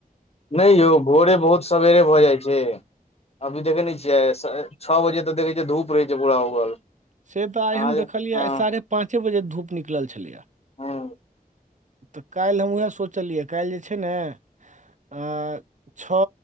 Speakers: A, on the left; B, on the right.
A: नै यौ भोरे भोर सवेरे भ जाइ छै। अभी देखै ने छियै स, छ बजे त देखै छियै धूप रहै छै पूरा उगल।
B: से त आइ
A: अहाँ
B: हम
A: जे
B: देखलियैया,
A: हँ
B: आइ साढ़े पाँचे बजे धूप निकलल छलैया।
A: हं
B: त कालि हम वैह सोचलियै, कालि जे छै ने, अं छ